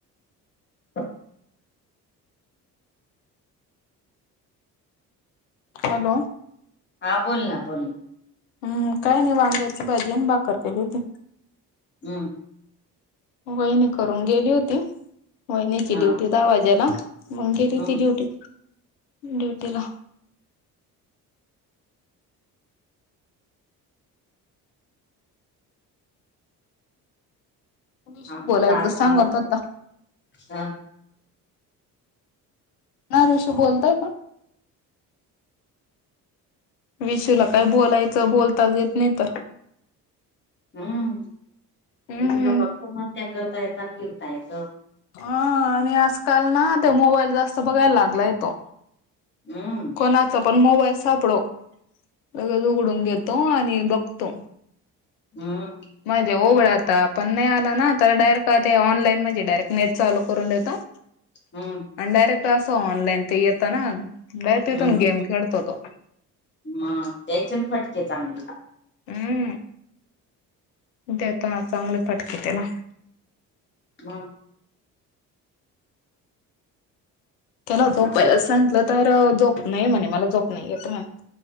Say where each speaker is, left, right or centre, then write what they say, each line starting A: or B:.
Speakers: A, on the left; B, on the left.
A: ह
B: हॅलो
A: हां बोल ना बोल
B: हम्म काय नाही वांग्याची भाजी आणि भाकर केली होती
A: हम्
B: वहिनी करून गेली होती वहिनीची
A: हा
B: ड्युटी दहा वाज्याला मग गेली
A: हम्म
B: ती ड्युटी ड्युटीला विशू
A: आमच्या
B: बोलायचं
A: त आज
B: सांगत
A: कामच
B: होता
A: अ
B: नाही ऋषी बोलतय का विषूला काय बोलायचं बोलताच येत नाही तर
A: हम्म बजूला
B: हम्म
A: फक्त मस्त्याग करता येत फिरता येत
B: ह आणि आजकाल ना त्या मोबाईल जास्त बघायला लागलाय तो
A: हम
B: कोणाचा पण मोबाईल सापडव लगच उघडून घेतो आणि बघतो
A: हम
B: म्हणजे हो बे आता पण नाही आला ना तर डायरेट ऑनलाईनणजे डायरेक्ट नेट चालू करून देतो
A: हम्म
B: आणि डायरेक्ट असं ऑनलाईन ते येतं ना ब त
A: हम्म
B: तोण गेम खेळतोतो
A: मग त्याच्यान फटके चांगले
B: उअ. देतात चांगले फटके त्याला
A: म
B: त्याला जोपायला
A: आपल्या
B: सांटलं तर जोप नाही म्हणे मला जोप नाही येत म